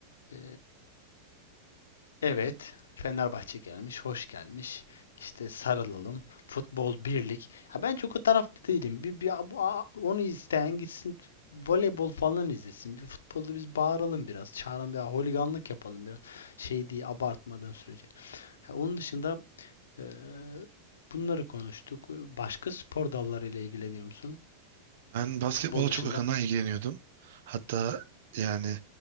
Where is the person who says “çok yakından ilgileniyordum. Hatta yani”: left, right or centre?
Right